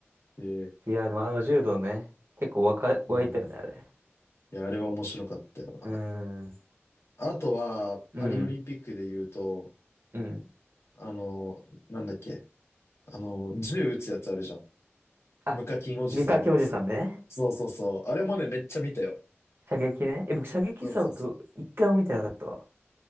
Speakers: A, on the left; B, on the right.
A: ええ
B: う。いや、でもあの柔道ね、結構わか、
A: うん。
B: 湧いたよね、あれ。
A: いや、あれは面白かったよな。
B: うーん。
A: あとは、パリオリンピックで言うと、
B: うん。うん。
A: あの、なんだっけ、あの、銃撃つやつあるじゃん。
B: あ、
A: 無課金おじさんのやつ。
B: カ掛おじさんね。
A: そうそうそう。あれもね、めっちゃ見たよ。
B: 射撃ね。え、僕、射撃さ、
A: そうそうそう。
B: 僕、一回も見てなかったわ。